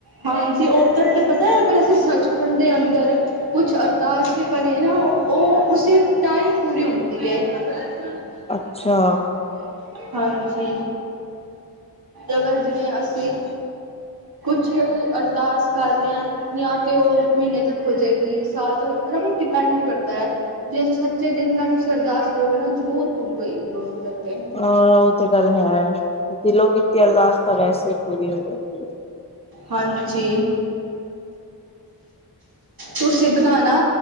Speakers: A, on the right (about 60°); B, on the left (about 15°).
A: ਹਾਂਜੀ, ਉੱਧਰ ਤੇ ਪਤਾ ਅਗਰ ਅਸੀਂ ਸੱਚਖੰਡ ਦੇ ਅੰਦਰ ਕੁਛ ਅਰਦਾਸ ਵੀ ਕਰੀਏ ਨਾ, ਉਹ ਉਸੇ ਟਾਈਮ ਪੂਰੀ ਹੁੰਦੀ ਹੈ। <unintelligible>
B: ਅੱਛਾ
A: ਹਾਂਜੀ, ਅਗਰ ਜਿਵੇਂ ਅਸੀਂ ਕੁਛ ਅਰਦਾਸ ਕਰ ਰਹੇ ਹਾਂ। ਜਾਂ ਤੇ, ਉਹ ਮਹੀਨੇ ਤੱਕ ਹੋ ਜਾਏਗੀ, ਸਾਲ ਤੱਕ ਮਤਲਬ, ਉਹ ਡਿਪੈਂਡ ਕਰਦਾ ਹੈ। ਜੇ ਸੱਚੇ ਦਿਲ ਨਾਲ ਤੁਸੀਂ ਅਰਦਾਸ ਕਰੋਗੇ ਨਾ, ਜ਼ਰੂਰ ਪੂਰੀ ਹੋਏਗੀ ਉਹਦੇ ਦਰ ਉਤੇ।
B: ਹਾਂ, ਉਹ ਤੇ ਗੱਲ ਹੈ ਦਿਲੋਂ ਕੀਤੀ ਅਰਦਾਸ ਤਾਂ, ਵੈਸੇ ਹੀ ਪੂਰੀ ਹੋ ਜਾਂਦੀ ਹੈ।
A: ਹਾਂਜੀ! ਤੁਸੀਂ ਬਣਾਣਾ,